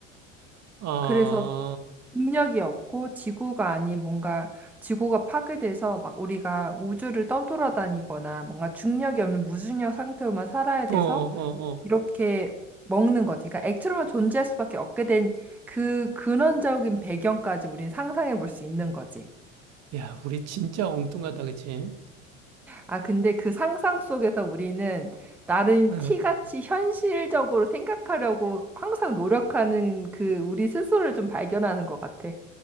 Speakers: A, on the right; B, in the centre.
A: 아,
B: 그래서 능력이 없고 지구가 아닌 뭔가 지구가 파괴돼서 막 우리가 우주를 떠돌아다니거나 뭔가 중력이 없는 무중력 상태로만 살아야 돼서
A: 어, 어, 어.
B: 이렇게 먹는 거지. 그러니까 액체로만 존재할 수밖에 없게 된 그 근원적인 배경까지 우린 상상해 볼 수 있는 거지.
A: 야, 우리 진짜 엉뚱하다, 그치?
B: 아, 근데 그 상상 속에서 우리는 나름
A: 응.
B: 티같이 현실적으로 생각하려고 항상 노력하는 그 우리 스스로를 좀 발견하는 것 같아.